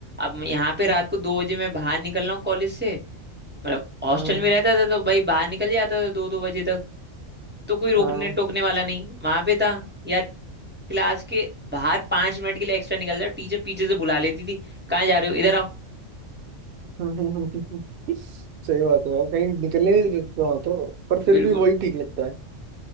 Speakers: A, on the right; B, on the right.
A: अब मैं यहाँ पे रात को दो बजे मैं बाहर निकल रहा हूँ कॉलेज से मतलब हॉस्टल
B: हम्म
A: में रहता था तो भाई बाहर निकल जाता था दो दो बजे तक तो कोई रोकने
B: हाँ
A: टोकने वाला नहीं वहां पे था यार क्लास के बाहर पांच मिनट के लिए एक्स्ट्रा निकल जाओ टीचर पीछे से बुला लेती थी कहाँ जा रहे हो इधर आओ
B: हम्म, <laughs> सही बात है यार कहीं निकलने नहीं देते वहां तो पर फिर
A: बिल्कुल
B: भी वही ठीक लगता है